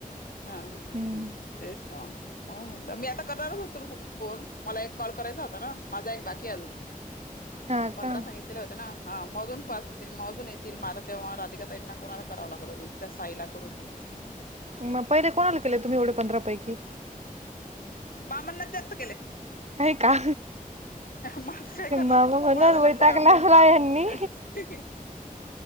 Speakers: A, on the left; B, on the right.
A: हा
B: हम्म
A: तेच सांग.. हो म्हटलं मी आता करणारच होतो फोन मला एक कॉल करायचा होता ना माझा एक बाकी आहे अजून....
B: हा
A: पंधरा
B: का
A: सांगितलेले होते ना हा मजून पास येतील म अजून येतील माझ तेव्हा राधिका ताईना कोणाला कराव लागल अजून त्या साईला करून देेऊन.
B: मग पहिले कोणाला केले तुम्ही एवढे पंधरा पैकी...
A: मामांना जास्त केले....
B: हाय का?
A: मग आता काय
B: ते
A: करणार
B: मामा म्हणल
A: कोणाचा
B: वैताग
A: नंबर आहे
B: आणला यांनी
A: आपल्याकडे